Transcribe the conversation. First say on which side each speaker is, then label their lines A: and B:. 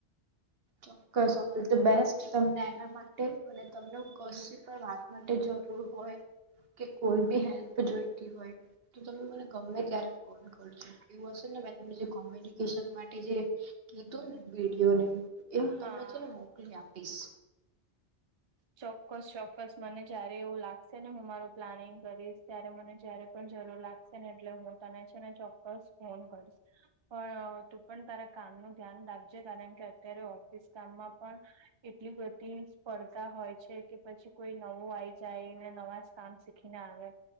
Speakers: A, on the right; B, on the right.
A: ચોક્કસ, ઓલ ધ બેસ્ટ તમને એના માટે. અને ત વાત માટે જરૂર હોય. કે કોઈ બી હેલ્પ જોઈતી હોય, તો તમે મને ગમે ત્યારે ફોન એવું હશે ને, મે તને જે કોમ્યુનિકેશન માટે જે કીધું ને વિડીયો એ હું
B: હા
A: તમને છે, ને મોકલી આપીશ.
B: ચોક્કસ ચોક્કસ મને જયારે એવું લાગશે, ને હું મારું પ્લાનિંગ કરીશ ત્યારે મને જયારે પણ જરૂર લાગશે ને એટલે હું તને છે, ને ચોક્કસ ફોન કરીશ. પણ તું પણ તારા કામ ન ધ્યાન રાખજે કારણ કે અત્યારે ઓફિસ કામમાં પણ. એટલી બધી સ્પર્ધા, હોય છે, કે પછી કોઈ નવું આવીઈ જાયને નવા કામ શીખીને આવે.